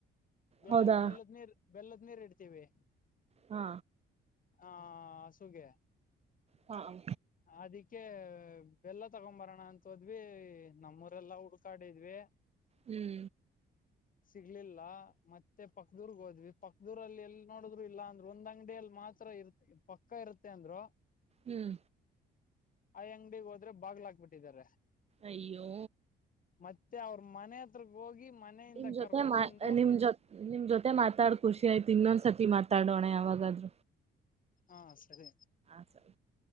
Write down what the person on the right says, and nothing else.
ಹೌದಾ
ಹಾ
ಹಾ ಹ
ಹ್ಮ್
ಹ್ಮ್
ಅಯ್ಯೋ
ನಿಮ್ ಜೊತೆ
ಮಾ
ನಿಮ್ ಜೊ ನಿಮ್ ಜೊತೆ ಮಾತಾಡ್ ಖುಷಿ ಆಯ್ತು ಇನ್ನೊಂದ್ಸತಿ ಮಾತಾ ಮಾತಾಡೋಣ ಯಾವಾಗಾದ್
ಸ